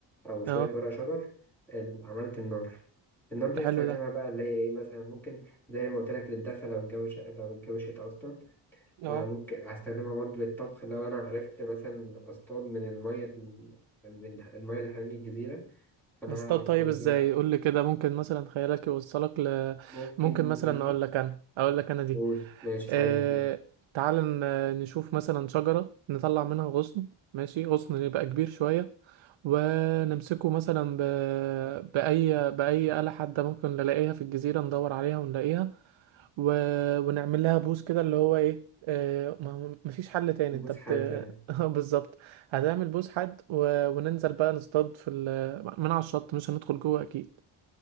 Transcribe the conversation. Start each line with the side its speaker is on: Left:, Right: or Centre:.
Centre: أو شوية
Right: اه
Centre: ورق شجر ال- عملت النار النار دي
Right: ده
Centre: استخدمها
Right: حلو ده
Centre: بقى اللي هي إيه مثلا ممكن زي ما قلت لك للدفا لو الجو ش... لو الجو شتا أصلا
Right: اه
Centre: آه ممكن هستخدمها برضه للطبخ لو أنا عرفت مثلا أصطاد من المية ال- من المية اللي حوالين الجزيرة فأنا
Right: نصطاد
Centre: هعرف
Right: طيب
Centre: أعمل
Right: ازاي
Centre: بيها أكل
Right: قول لي كده ممكن مثلا خيالك يوصلك ل
Centre: ممكن
Right: ممكن مثلا
Centre: نجيب
Right: اقول لك انا اقول لك انا دي
Centre: قول ماشي ساعدني
Right: اه...
Centre: فيها
Right: تعال ن- نشوف مثلا شجرة نطلع منها غصن ماشي غصن يبقى كبير شوية ونمسكه مثلا ب... بأي بأي آلة حادة ممكن نلاقيها في الجزيرة ندور عليها ونلاقيها و... ونعمل لها بوس كده اللي هو ايه آه، ما مفيش حل تاني
Centre: نبوس
Right: انت بت...
Centre: حد يعني
Right: <laughs> بالظبط هتعمل بوس حد و... وننزل بقى نصطاد في ال... من على الشط مش هندخل جوه اكيد